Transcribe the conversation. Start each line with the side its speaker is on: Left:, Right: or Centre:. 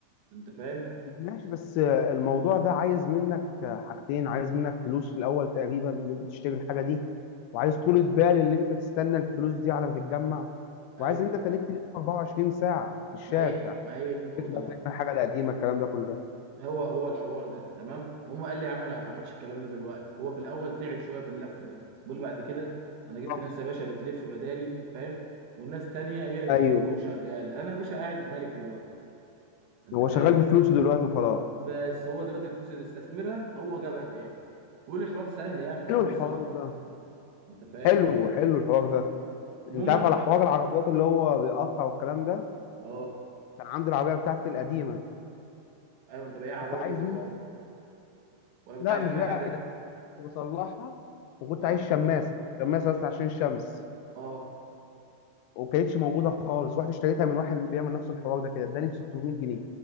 Right: انت فاهم
Left: ماشي بس الموضوع ده عايز منك حاجتين عايز منك فلوس في الاول تقريبا ان انت تشتري الحاجة دي وعايز طولة بال ان انت تستنى الفلوس دي على ما تتجمع
Right: ايوه
Left: وعايز ان انت تنيك تلف 24 ساعة في الشارع
Right: ما هي ما هي دي النقطه
Left: تكبر
Right: بقى
Left: تعمل الحاجة القديمة الكلام ده كله
Right: هو هو الحوار ده تمام هم قال لي يا عم انا ما بعملش الكلام ده دلوقتي هو في الاول تعب شويه في اللف ده بيقول بعد كده
Left: بالظبط
Right: انا جبت ناس يا باشا بتلف بدالي فاهم والناس تانية هي اللي بتفك
Left: ايوه
Right: وشغال انا يا باشا قاعد مالك دلوقتي انت
Left: هو
Right: فاهم
Left: شغال بفلوسه دلوقتي وخلاص
Right: بس هو دلوقتي الفلوس اللي استثمرها هو جابها تاني بيقول الحوار سهل يعني الحوار
Left: حلو
Right: مش
Left: الحوار
Right: صعب
Left: ده
Right: انت فاهم
Left: حلو حلو الحوار ده
Right: المهم
Left: انت عارف على حوار العربيات اللي هو بيقطع والكلام ده
Right: اه
Left: كان عندي العربيه بتاعتي القديمه
Right: ايوه انت بياعها
Left: كنت
Right: برضو
Left: عايز منها
Right: ولا كنت
Left: لا
Right: عايز
Left: مش
Right: منها
Left: بيها
Right: حاجه
Left: كده كنت عايز- كنت بصلحها وكنت
Right: اه
Left: عايز شماسه شماسه بس عشان الشمس
Right: اه
Left: وكانتش موجوده خالص رحت اشتريتها من واحد بيعمل نفس الحوار ده كده اداني ب 600 جنيه